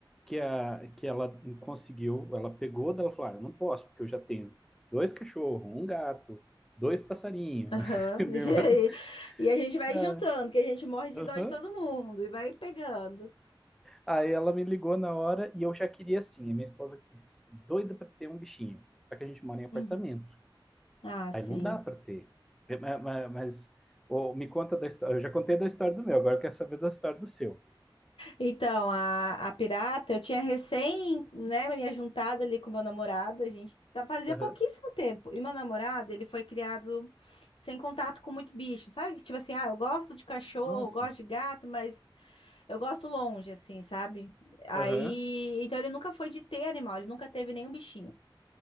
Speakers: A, in the centre; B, on the left (about 90°).
A: que, a, que ela conseguiu, ela pegou dela e falou: ah, Eu não posso, porque eu já tenho dois cachorros, um gato, dois passarinhos.
B: Aham.
A: <laughs> Minha
B: <laughs> E
A: irmã.
B: aí- e a gente vai
A: Ah,
B: juntando, que a gente morre de
A: aham.
B: dó de todo mundo e vai pegando.
A: Aí ela me ligou na hora e eu já queria assim. A minha esposa doida para ter um bichinho. Só que a gente mora em apartamento.
B: Uhum. Ah,
A: Aí
B: sim.
A: não dá para ter. É, ma- ma- Mas, ô, me conta da história. Eu já contei da história do meu, agora eu quero saber da história do seu.
B: Então, a, a pirata, eu tinha recém, né, me juntado ali com meu namorado, a gente tá- fazia
A: Aham.
B: pouquíssimo tempo. E meu namorado, ele foi criado sem contato com muito bicho, sabe? Tipo assim, ah, eu gosto de cachorro,
A: Nossa.
B: gosto de gato, mas eu gosto longe, assim, sabe? Aí,
A: Aham.
B: então ele nunca foi de ter animal, ele nunca teve nenhum bichinho.